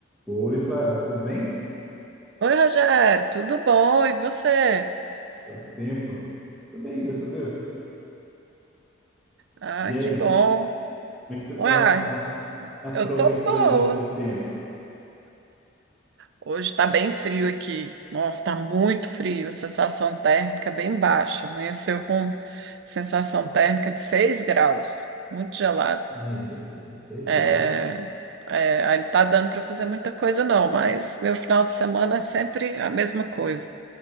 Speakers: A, in the centre; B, on the right.
A: Oi, Flávia, tudo bem?
B: Oi, Rogério, tudo bom? E você?
A: Quanto tempo? Tudo bem, graças a Deus.
B: Ah,
A: E aí,
B: que bom.
A: como é que você está
B: Uai,
A: aproveitando
B: eu tô boa.
A: o teu tempo?
B: Hoje tá bem frio aqui. Nossa, tá muito frio. A sensação térmica é bem baixa. Amanheceu com sensação térmica de 6 graus. Muito gelado.
A: Meu Deus, seis
B: É,
A: graus.
B: é, aí não tá dando para fazer muita coisa, não, mas meu final de semana é sempre a mesma coisa.